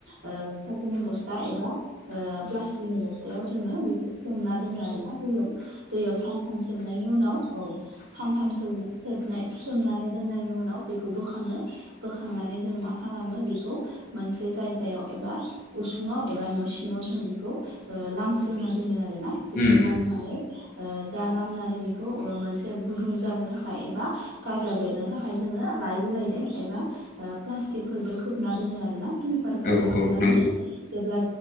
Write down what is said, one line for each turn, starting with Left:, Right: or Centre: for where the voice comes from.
Right: ओ फाथोनि बस्था एबा ओ प्लास्टिकनि अबस्थायाव जोङो बेखौ सोमना दोनो आरोना दैयाव दैयाव सानथाम सोमनायनि उनाव औ सानथाम सौबना सोबनाय सोमनानै दोननायनि उनाव बेखौ बोखाङो बोखांनानै जों मा खालामो बेखौ मोनसे जायगायाव एबा उसुङाव एबा न' सिङाव जों बेखौ लामस्रोनना दोनो आरो ना
Left: उम
Right: बेखौ लामनानै
Left: उम
Right: जा नानै बेखौ मोनसे गुदुं जानो थाखाय एबा गाजा बेरनो थाखाय जों लाय बिलायदों एबा प्लास्टिकफोरजों खोबना दोनो आरो ना तिलपारफोरजों
Left: औ
Right: खोबना
Left: औ नंगौ
Right: दोनो जेब्ला